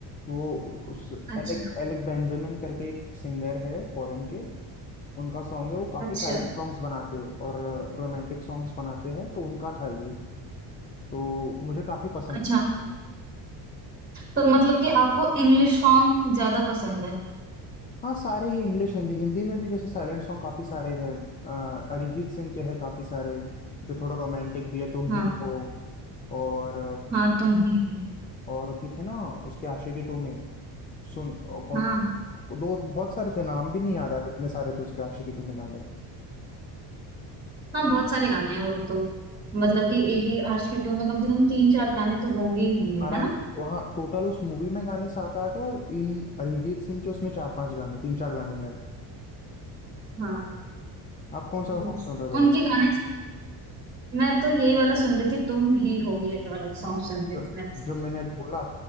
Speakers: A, on the left; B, on the right.
A: वो उस
B: अच्छा
A: एलेक एलेक बेंजामिन करके एक सिंगर है फॉरेन के उनका सॉन्ग है वो काफी
B: अच्छा
A: साइलेंट सॉन्ग्स बनाते हैं और रोमांटिक सॉन्ग्स बनाते हैं तो उनका था ये तो मुझे काफी पसंद
B: अच्छा
A: है
B: तो मतलब कि आपको इंग्लिश सॉन्ग ज्यादा पसंद है
A: हाँ सारे ही इंग्लिश हिंदी हिंदी में भी जैसे साइलेंट सॉन्ग काफी सारे हैं अ, अरिजीत सिंह के हैं काफी सारे जो थोड़ा रोमांटिक भी है तुम
B: हाँ
A: ही हो और
B: हाँ तुम ही हो।
A: और भी थे ना उसके आशिकी टू में सुन और हम्म। कौन
B: हाँ
A: दो बहुत सारे थे नाम भी नहीं याद आ रहे हाँ इतने सारे थे उसके आशिकी टू में गाने
B: हाँ बहुत सारे गाने हैं वो तो मतलब कि एक ही आज के टू में कम से कम तीन चार गाने तो होंगे ही होंगे
A: आराम
B: है ना
A: से वहाँ टोटल उस मूवी में गाने सात आठ है और इन अरिजीत सिंह के उसमें चार पांच गाने तीन चार गाने हैं
B: हाँ
A: आप कौन सा सॉन्ग
B: Yes.
A: सुन रहे
B: उनके
A: थे
B: गाने मैं तो यही वाला सुन रही थी तुम ही हो ये वाला सॉन्ग सुन रही
A: जो,
B: थी मैं
A: जो मैंने अभी बोला